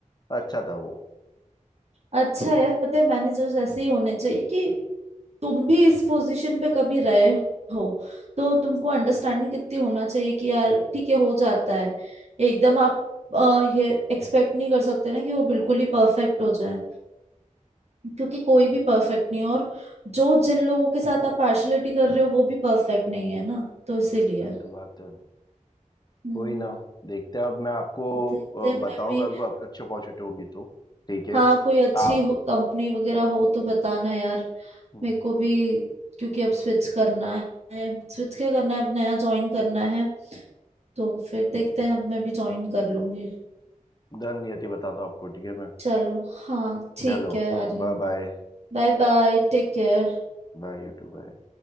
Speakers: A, on the left; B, on the right.
A: अच्छा था वो
B: अच्छा यार पता है मैनेजर्स ऐसे ही होने चाहिए कि तुम भी इस पोजीशन पे कभी रहे हो तो तुमको अंडरस्टैंडिंग कितनी होना चाहिए कि यार ठीक है हो जाता है एकदम आप अ, ये एक्सपेक्ट नहीं कर सकते ना कि वो बिल्कुल ही परफेक्ट हो जाए क्योंकि कोई भी परफेक्ट नहीं है और जो जिन लोगों के साथ आप पार्शलिटी कर रहे हो वो भी परफेक्ट नहीं है ना तो इसीलिए
A: वही तो बात है
B: हम्म
A: कोई ना देखते हैं अब मैं आपको
B: देखते हैं
A: अ, बताऊंगा
B: मैं भी
A: अगर आप अच्छी अपॉर्चुनिटी होगी तो ठीक है
B: हाँ कोई अच्छी
A: आप
B: कंपनी वगैरह हो तो बताना यार
A: हम्म,
B: मेरे को भी क्योंकि अब स्विच करना है स्विच क्या करना है अब नया ज्वाइन करना है तो फिर देखते हैं अब मैं भी ज्वाइन कर लूंगी
A: धन्यति बताता हूँ आपको ठीक है मैं
B: चलो हाँ ठीक
A: चलो
B: है Aryan
A: bye bye
B: Bye bye take care
A: Bye YouTube bye